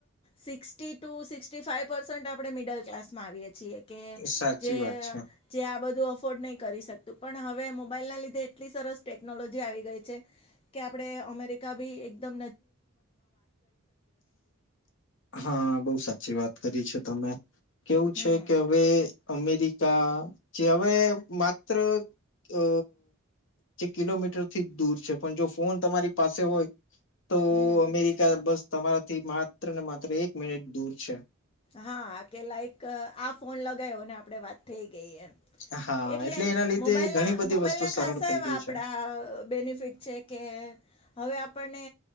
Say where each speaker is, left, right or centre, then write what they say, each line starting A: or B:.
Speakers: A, on the left; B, on the left.
A: sixty two sixty five percent આપણે મિડલ કલાસમાં આવીએ છીએ કે
B: સાચી
A: જે
B: વાત છે
A: જે આ બધું અફોર્ડ નય કરી શક તુ પણ હવે મોબાઈલના લીધે એટલી સરસ ટેકનોલોજી આવી ગઈ છે કે આપણે અમેરિકા ભી એકદ
B: હા બોવ સાચી વાત કરી છે તમે કેવું
A: હમ
B: છે કે હવે અમેરિકા કે હવે માત્ર અ જે કિલોમીટરથી જ દૂર છે પણ જો ફોન તમારી પાસે હોય તો
A: હમ
B: અમેરિકા બસ તમારાથી માત્ર ને માત્ર એક મિનિટ દૂર છ.
A: હા કે લાઈક આ ફોન લગાયવો અને આપડે વાત થઈ ગઈ એમ
B: હા
A: એટલે
B: એના લીધે
A: મોબાઈલના
B: ઘણી બધી
A: મોબાઈલના
B: વસ્તુ સરળ
A: ખસાસા
B: થઈ
A: એવા
B: ગઈ
A: આપડા
B: છે
A: બેનિફિટ છે કે હવે આપ આપણને